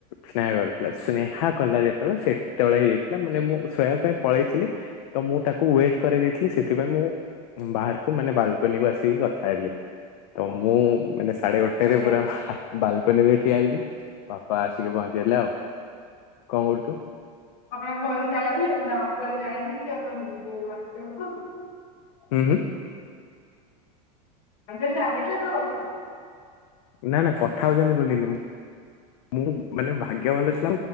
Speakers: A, on the left; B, on the left.
A: ସ୍ନେହ କରିଥିଲା, ସ୍ନେହା କଲା ଯେତେବେଳେ ସେତବଳେ ହେଇଯାଇଥିଲା ମାନେ ମୁଁ ଶହବା ପାଇଁ ପଳେଇଥିଲି ତ ମୁଁ ତାକୁ ୱେଟ୍ କରିଦେଇଥିଲି, ସେଥିପାଇଁ ମୁଁ ବାହାରକୁ ମାନେ ବାଲକୋନି କୁ ଆସିକି କଥା ହେଲି। ତ ମୁଁ ମାନେ ସାଢେ ଗୋଟାଏ
B: ଆଜ୍ଞା
A: ରେ ପୁରା ବାଲକନି ରେ ଠିଆ ହେଇଚି, ବାପା ଆସିକି ପହଞ୍ଚିଗଲେ ଆଉ, କଣ କରୁଚୁ?
B: ଆପଣଙ୍କ ଘରେ ଜାଣିଲେ, ନା ଅଙ୍କଲ୍ ଜାଣିଲେ କି ଆପଣଙ୍କୁ <unintelligible>
A: ହୁଁ, ହୁଁ।
B: ଚାଲି ଚାଲି ଯା ଦେଖିଆ କଁ <unintelligible>
A: ନା, ନା କଥା ହଉଛନ୍ତିି ବୋଲିି, ମୁ ମୁଁ ମାନେ, ଭାଗ୍ୟ ଭଲ ଥିଲା,